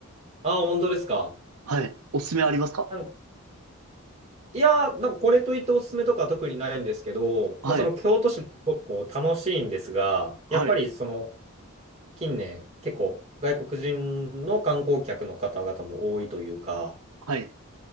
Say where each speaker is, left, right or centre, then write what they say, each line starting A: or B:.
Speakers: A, on the right (about 30°); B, on the right (about 85°).
A: ああ、本当ですか。
B: はい。おすすめありますか
A: あのいやー、なんかこれといっておすすめとか特にないんですけど、
B: はい。
A: まあ、その京都市もすごくこう楽しいんですが、
B: はい。
A: やっぱりその近年結構外国人の観光客の方々も多いというか、
B: はい。